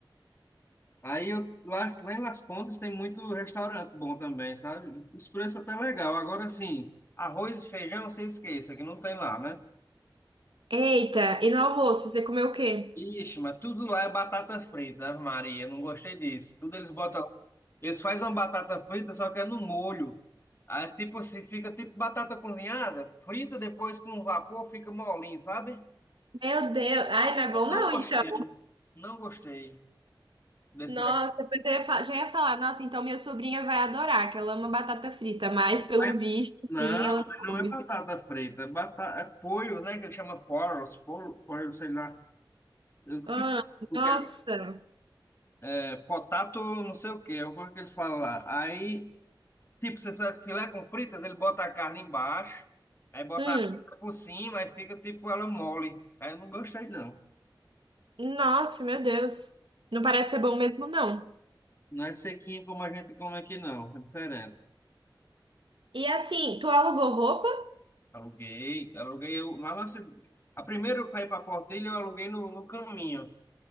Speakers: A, on the left (about 30°); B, on the right (about 85°).
A: Aí eu, lá, lá em Las Condes tem muito restaurante bom também, sabe? Os preços até legal. Agora sim, arroz e feijão, você esqueça, que não tem lá, né?
B: Eita, e no almoço, você comeu o quê?
A: Ixi, mas tudo lá é batata frita, Ave Maria, não gostei disso. Tudo eles botam Eles fazem uma batata frita, só que é no molho. Aí, tipo assim, fica tipo batata cozinhada, frita depois com vapor, fica molinho, sabe?
B: Meu Deus. Ai, não é bom
A: Não
B: não,
A: gostei.
B: então.
A: Não gostei desse
B: Nossa,
A: negócio.
B: depois eu ia fa- já ia falar, nossa, então minha sobrinha vai adorar, que ela ama batata frita, mas pelo
A: Mas,
B: visto,
A: não,
B: sim, ela não
A: mas
B: come.
A: não é batata frita, é, batata, é polho, né? Que ele chama poros, polho, polho, sei lá. Eu esqueci
B: Ah,
A: o
B: nossa.
A: que é. É potato, não sei o que, é o que ele fala lá. Aí, tipo, você faz filé com fritas, ele bota a carne embaixo, aí bota
B: Hum,
A: a frita por cima, aí fica tipo ela mole. Aí eu não gostei, não.
B: nossa, meu Deus. Não parece ser bom mesmo, não.
A: Não é sequinho como a gente come aqui, não. É diferente.
B: E assim, tu alugou roupa?
A: Aluguei, aluguei eu, lá na ci- a primeira para ir para Portilho, eu aluguei no, no caminho.